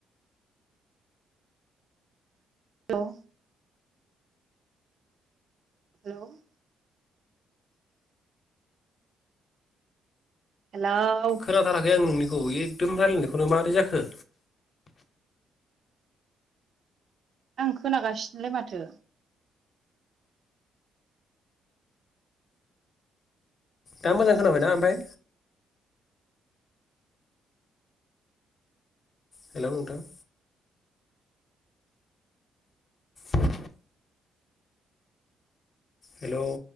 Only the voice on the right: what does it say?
हेल' हेलै हेलाव
आं खोनागासिनोलाय माथो